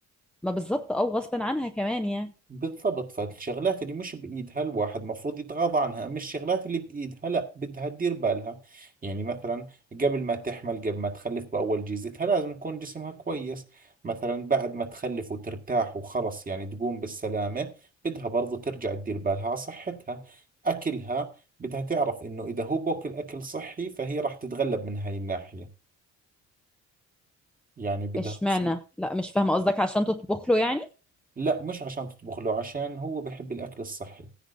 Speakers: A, in the centre; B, on the right (about 30°).
A: ما بالظبط اه غصب عنها كمان يعني
B: بالضبط فالشغلات اللي مش بإيدها الواحد مفروض يتغاضى عنها أما الشغلات اللي بإيدها لا بدها تدير بالها يعني مثلا قبل ما تحمل قبل ما تخلف بأول جيزتها لازم يكون جسمها كويس مثلا بعد ما تخلف وترتاح وخلص يعني تقوم بالسلامة بدها برضو ترجع تدير بالها على صحتها أكلها بدها تعرف إنه إذا هو بوكل أكل صحي فهي راح تتغلب من هاي الناحية يعني بدها
A: اشمعنى
B: تصير
A: لا مش فاهمه قصدك عشان تطبخ له يعني
B: لا مش عشان تطبخ له عشان هو بحب الأكل الصحي